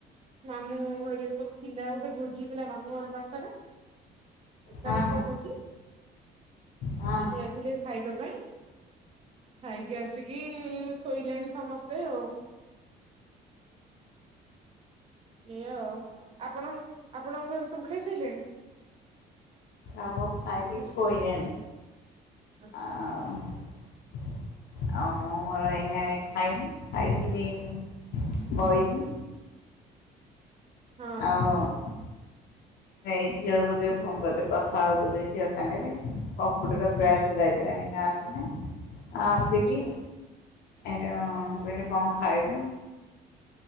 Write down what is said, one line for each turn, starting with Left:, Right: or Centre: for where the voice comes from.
Right: ମାମୁଁ ହରିକା ସବୁ ଥିଲା ଗୋଟେ ଭୋଜି ଥିଲା ମାମୁଁ ଘର ପାଖରେ। ଏକାଦଶ
Left: ହଁ
Right: ଭୋଜି।
Left: ହଁ
Right: ଯାଇଥିଲେ ଖାଇବା ପାଇଁ ଖାଇକି ଆସିକି ଶୋଇଲେଣି ସମସ୍ତେ ଆଉ ଏଇଆ ଆଉ ଆପଣ ଆପଣଙ୍କ ଘରେ ସବୁ ଖାଇସାରିଲେଣି।
Left: ଆମର ସବୁ ଖାଇକି ଶୋଇଲେଣି
Right: ଆଚ୍ଛା
Left: ଆଉ ଆଉ ମୁଁ ମୋର ଏଇନା ଏଇ ଖାଇନି ଖାଇକି ହେଇ ବଇଚି।
Right: ହଁ
Left: ଆଉ
Right: <inaudible>
Left: ନାଇ ଝିଅକୁ ଟିକେ ଫୋନ କରିଥିଲି କଥା ହଉଥିଲି ଟିକେ ଝିଅ ସାଙ୍ଗରେ କମ୍ପୁଟର କ୍ଲାସ। ସେ ଏଇନା ଆସିନି। ଆସିକି
Right: ଆଚ୍ଛା
Left: ଏଇନେ କଣ ଖାଇଲୁ?